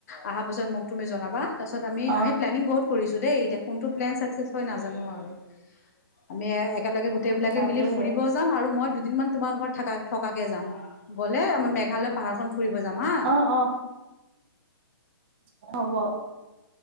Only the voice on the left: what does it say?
আহাৰ পাছত মোক তুমি জনাবা। তাৰপিছত আমি,
আমি প্লেনিং বহুত কৰি দেই এতিয়া কোনটো প্লেন চাকচেছ হয়, নাজানো আৰু আমি একেলগে গোটেইবিলাকে
মিলি ফুৰিবও যাম, আৰু মই দুদিনমান তোমাৰ ঘৰত থাকা-থকাকে যাম গ'লে আমাৰ মেঘালয় পাহাৰখন ফুৰিব যাম হা।